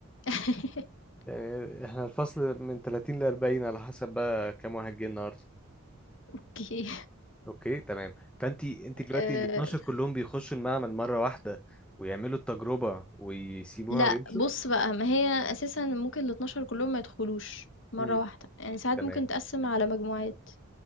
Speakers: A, on the left; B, in the centre.
A: <laughs>
B: يعني احنا الفصل من 30 ل 40 على حسب بقى كام واحد جه النهارده
A: أوكي
B: اوكي تمام فانت انت دلوقتي
A: آآ
B: ال 12 كلهم بيخشوا المعمل مره واحده ويعملوا التجربه ويسيبوها
A: لأ
B: ويمشوا
A: بُص بقى، ما هي أساسًا ممكن ال12 كلّهم ما يدخلوش مرّة
B: امم
A: واحدة، يعني ساعات
B: تمام
A: ممكن نتقسّم على مجموعات،